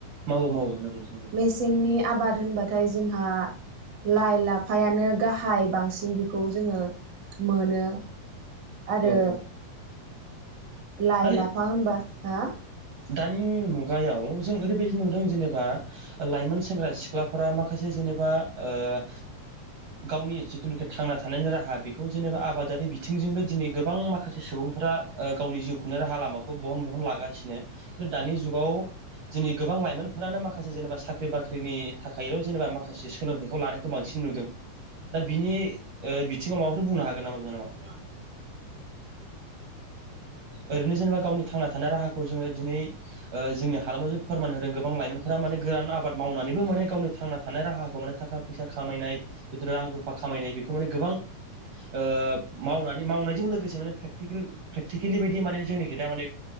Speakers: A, on the right; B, on the right.
A: मावो मावो नंगौ नंगौ
B: मेसेंनि आबाद होनबाथाय जोंहा। लाइ लाफायानो गाहाय। बांसिन बेखौ जोङो मोनो आरो
A: औ औ
B: लाइ
A: माने
B: लाफा होमबा हा?
A: दानि मुगायाव जों ओरैबायदि नुदों जेनेबा लाइमोन सेंग्रा सिख्लाफोरा माखासे। जेनेबा ओ- गावनि जिथुनाखि थांना थानायनि राहा बेखौ जेनेबा आबादारि बिथिंजोंबो दिनै गोबां माखासे सुबुं। फोरा गाव ओ- जिउ खुंनो राहा लामाखौ बहन बहन लागासिनो दा दानि जुगाव। दिनै गोबां लाइमोनफोरानो माखासे जेनेबा साख्रि बाख्रिनि थाखायल' जेनेबा माखासे सोलोंथाइखौ लानायखौ बांसिन नु दों। दा बिनि ओ-बिथिङाव माबाफोर बुंनो हागोन नामा बिनानावा?
B: <inaudible>
A: ओरैनो जेनेबा गावनि थांना थानाय राहाखौ जोङो दिनै ओ जोंनि हालामाव जे फोरमान होदों गोबां लाइमोनफोरा। माने गोरान आबाद मावनानैबो माने गावनि थांना थानाय राहाखौ माने थाखा फैसा खामाय बिदिनो रां रुफा खामाय बेखौमाने गोबां ओ-मावनानै मावनायजों लोगोसे माने प्रेकटिकेल प्रेकटि खेलि बदि माने जोंनि खोथा माने